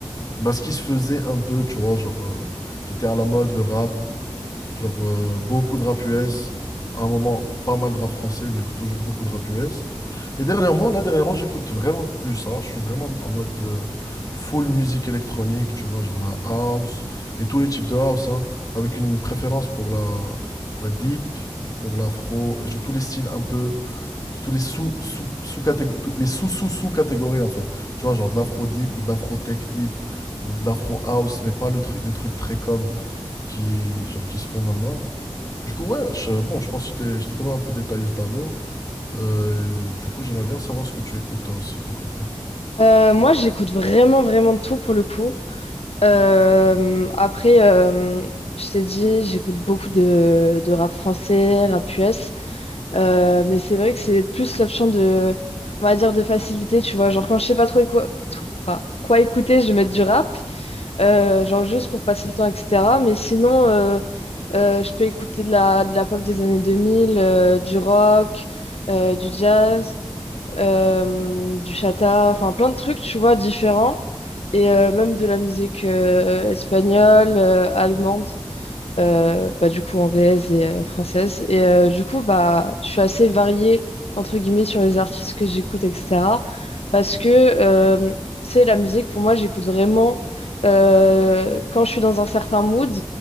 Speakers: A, on the left; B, on the left.
A: bah, ce qui se faisait un peu, tu vois, genre, euh, qui était à la mode, le rap. Genre, euh, beaucoup de rap US. À un moment, pas mal de rap français, mais toujours beaucoup de rap US. Et dernièrement, là, dernièrement, j'écoute vraiment plus ça. Je suis vraiment en mode euh, full musique électronique, tu vois, genre la house et tous les types de house, hein, avec une préférence pour la, la deep et pour l'afro et genre tous les styles un peu, tous les sous sous sous catégories, les sous sous sous catégories en fait. Tu vois, genre de l'afro deep ou de l'afro tech deep ou de l'afro house, mais pas le truc, les trucs très comme qui genre qui se font maintenant. Du coup, ouais, je- bon, je pense que je t'ai je t'ai quand même un peu détaillé le tableau. Euh, du coup, j'aimerais bien savoir ce que tu écoutes toi aussi de ton côté.
B: Euh, moi, j'écoute vraiment, vraiment de tout pour le coup. Euh, après, euh, je t'ai dit, j'écoute beaucoup de, de rap français, rap US. Euh, mais c'est vrai que c'est plus l'option de, on va dire, de facilité, tu vois. Genre, quand je sais pas trop éco- tout- ah, quoi écouter, je vais mettre du rap. euh, genre juste pour passer le temps, etc. Mais sinon, euh, euh, je peux écouter de la, de la pop des années 2000, euh, du rock, euh, du jazz, euh, du chata, enfin plein de trucs, tu vois, différents. Et euh, même de la musique euh, espagnole, euh, allemande euh, bah, du coup anglaise et euh, française. Et euh, du coup, bah, je suis assez variée, entre guillemets, sur les artistes que j'écoute, etc. Parce que, euh, tu sais, la musique, pour moi, j'écoute vraiment euh, quand je suis dans un certain mood.